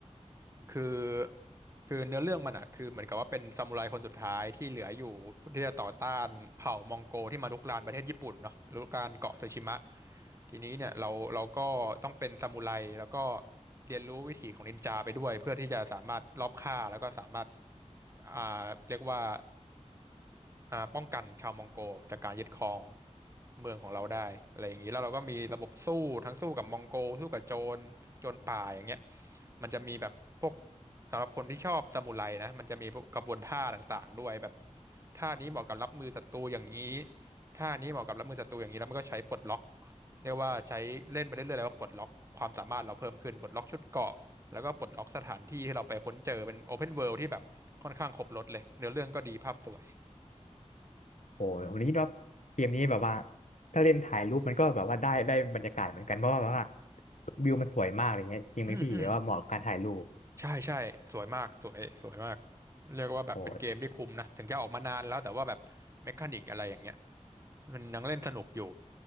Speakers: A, on the right; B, on the left.
A: คือคือเนื้อเรื่องมันอะคือเหมือนกับว่าเป็นซามูไรคนสุดท้ายที่เหลืออยู่ที่จะต่อต้านเผ่ามองโกที่มารุกรานประเทศญี่ปุ่นเนาะรุกรานเกาะโตชิมะ ทีนี้เนี่ยเราเราก็ต้องเป็นซามูไรแล้วก็เรียนรู้วิถีของนินจาไปด้วยเพื่อที่จะสามารถลอบฆ่าแล้วก็สามารถอ่าเรียกว่าอ่าป้องกันชาวมองโกจากการยึดครองเมืองของเราได้อะไรอย่างนี้แล้วเราก็มีระบบสู้ทั้งสู้กับมองโกสู้กับโจรโจรป่าอย่างเงี้ยมันจะมีแบบพวกสำหรับคนที่ชอบซามูไรนะมันจะมีพวกกระบวนท่าต่างๆด้วยแบบท่านี้เหมาะกับรับมือศัตรูอย่างนี้ท่านี้เหมาะกับรับมือศัตรูอย่างนี้แล้วมันก็ใช้ปลดล็อก เรียกว่าใช้เล่นไปเรื่อยๆแล้วก็ปลดล็อกความสามารถเราเพิ่มขึ้นปลดล็อกชุดเกราะแล้วก็ปลดล็อกสถานที่ที่เราไปค้นเจอเป็นโอเพนเวิลด์ที่แบบค่อนข้างครบรถเลยเนื้อเรื่องก็ดีภาพสวย
B: โอ้ยผมคิดว่าเกมนี้แบบว่าถ้าเล่นถ่ายรูปมันก็แบบว่าได้ได้บรรยากาศเหมือนกันเพราะว่าแบบว่าวิวมันสวยมากอะไรเงี้ยจริงไหมพี่หรือว่าเหมาะกับการถ่ายรูป
A: อืมอืมใช่ใช่สวยมากสวยสวยมากเรียกว่าแบบเป็นเกมที่คุ้มนะถึงจะออกมานานแล้วแต่ว่าแบบเมคานิกอะไรอย่างเงี้ย
B: โอ้ย
A: มันยังเล่นสนุกอยู่